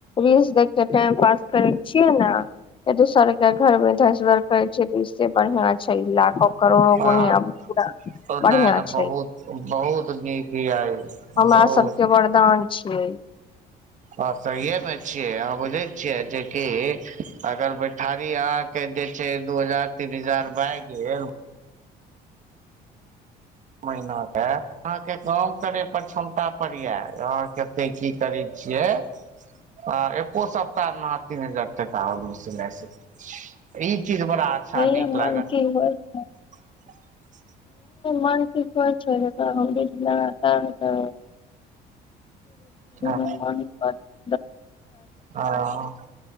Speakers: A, on the left (about 30°); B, on the right (about 45°).
A: रीलस देखके टाइम पास करे छियै न दोसर के घर मे दस घर कहै छै तऽ इसे बढ़िया छै लाखो करोड़ो
B: हँ
A: गुनिया पूरा
B: ओना
A: बनिया
B: ने बहुत
A: छै
B: बहुत नीक हीया य
A: हमरा
B: बहुत
A: सबके वरदान छियै
B: ह सहिये मे छियै अहाँ बुझै छियै जेकि अगर बैठारी अहाँ कै बेचै दू हजार तीन हजार भए गेल महिना मे अहाँके काम करय पर क्षमता पड़या अहाँ कते की करी छियै आ एको सप्ताह मे तीन हजार टका अबै सिलाइ सी ई चीज बड़ा अच्छा
A: हरियर
B: नीक
A: मन
B: लागल
A: की व्रत है
B: <inaudible>
A: मन ठीक होइ छै त हम बीच लगातार त
B: हँ
A: <unintelligible> <unintelligible>
B: हँ